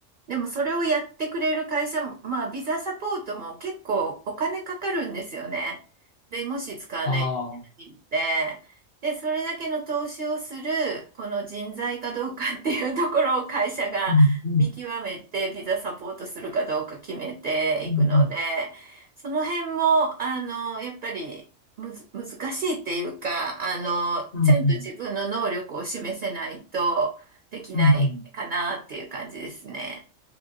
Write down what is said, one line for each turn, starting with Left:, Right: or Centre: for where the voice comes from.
Right: でもそれをやってくれる会社も、まあ、ビザサポートも結構お金かかるんですよね。弁護士使わないといけないので。
Left: ああ、
Right: で、それだけの投資をする、この人材かどうかっていうところを会社が
Left: うん、
Right: <laughs>
Left: うん、
Right: 見極めて、ビザサポートするかどうか決めていくので、
Left: うん、
Right: その辺も、あの、やっぱりむず、難しいっていうか、あの、
Left: うん、うん、
Right: ちゃんと自分の能力を示せないとできないかなっていう感じですね。
Left: うん、うん。うん